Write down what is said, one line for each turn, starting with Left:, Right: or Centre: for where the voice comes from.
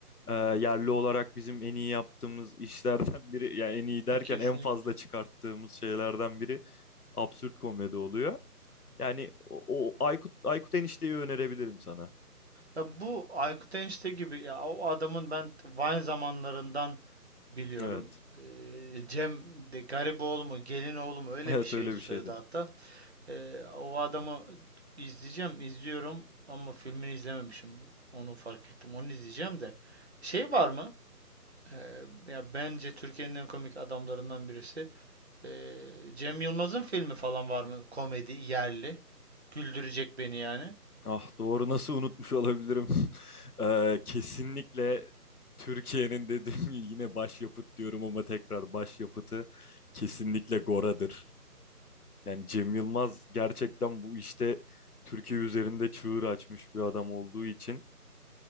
Left: e, yerli olarak bizim en iyi yaptığımız işlerden biri yani en iyi derken
Right: Kesinlikle.
Left: en fazla çıkarttığımız şeylerden biri absürt komedi oluyor. Yani o, o Aykut Aykut Enişte'yi önerebilirim sana.
Right: Ya bu Aykut Enişte gibi ya o adamın ben Vine zamanlarından biliyorum.
Left: Evet.
Right: Ee, Cem de Gariboğlu mu Gelinoğlu mu öyle
Left: Evet
Right: bir şeydi
Left: öyle bir
Right: soyadı
Left: şeydi.
Right: hatta. Ee, o adamı izleyeceğim izliyorum ama filmini izlememişim. Onu fark ettim. Onu izleyeceğim de. Şey var mı? Ee, ya bence Türkiye'nin en komik adamlarından birisi. Ee, Cem Yılmaz'ın filmi falan var mı? Komedi, yerli. Güldürecek beni yani.
Left: Ah doğru nasıl unutmuş olabilirim? <laughs> Eee, kesinlikle Türkiye'nin dediğim gibi yine başyapıt diyorum ama tekrar başyapıtı kesinlikle Gora'dır. Yani Cem Yılmaz gerçekten bu işte Türkiye üzerinde çığır açmış bir adam olduğu için